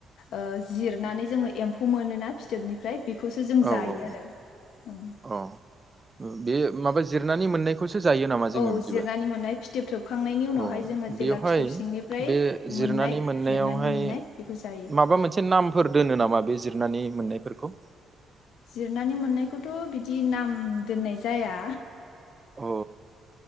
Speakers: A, on the left (about 80°); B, on the right (about 25°).
A: ओ जिरनानै जोङो एम्फौ मोनोना फिथोबनिफ्राय बेखौसो जों
B: औ
A: जायो
B: औ
A: आरो अ।
B: अ। ओ बे माबा जिरनानै मोननायखौ। खौसो जायो नामा जोङो
A: औ
B: बिदिबा
A: जिरनानै मोननाय फिथोब थोबखांनायनि उनावहाय
B: अ
A: जोङो जेला
B: बेवहाय
A: फिथोब सिंनिफ्राय
B: बे
A: मोननाय
B: जिरनानै मोननायावहाय
A: जिरनानै मोननाय बेखौ जायो
B: माबा मोनसे नामफोर दोनो नामा बे जिरनानै मोननायफोरखौ?
A: जिरनानै मोननायखौथ' बिदि नाम दोननाय जाया।
B: अ